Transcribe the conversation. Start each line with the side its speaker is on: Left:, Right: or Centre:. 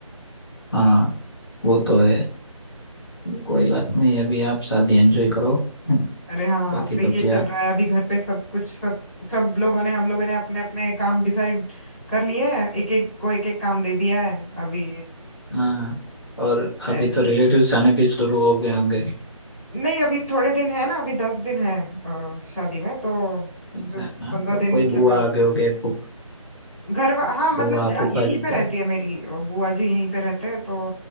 Left: हाँ वो तो है कोई बात नहीं अभी आप शादी एंजॉय करो हम्म,
Centre: अरे हाँ
Left: बाकी
Centre: तो
Left: तो
Centre: ये
Left: क्या
Centre: चल रहा है अभी घर पे सब कुछ सब सब लोगों ने हम लोगों ने अपने अपने काम डिसाइड कर लिए हैं एक एक को एक एक काम दे दिया है अभी
Left: हाँ और अभी
Centre: ऐसे
Left: तो रिलेटिव्स आने भी शुरू हो गए होंगे
Centre: नहीं अभी थोड़े दिन है ना अभी दस दिन है अ, शादी में तो
Left: अच्छा
Centre: दस
Left: हाँ
Centre: पंद्रह
Left: तो
Centre: दिन
Left: कोई
Centre: के
Left: बुआ
Centre: बाद
Left: आ गए होंगे फूफ
Centre: घर वा- हाँ मतलब
Left: बुआ
Centre: ज-
Left: फूफा
Centre: यहीं
Left: जी
Centre: पे रहती
Left: तो
Centre: है मेरी अ, बुआ जी यहीं पे रहते हैं तो